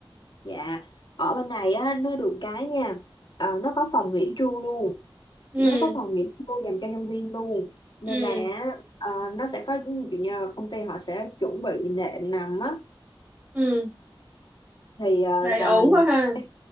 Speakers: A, on the left; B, on the right.
A: dạ ở bên này á nó được cái nha Ờ, nó có phòng nghỉ trưa luôn
B: ừ
A: nó có phòng nghỉ trưa dành cho nhân viên luôn nên
B: ừ
A: là ờ, nó sẽ có ví dụ như là công ty họ sẽ chuẩn bị nệm nằm á
B: ừ
A: thì ờ,
B: vậy
A: là
B: ổn
A: mình
B: quá
A: sẽ
B: ha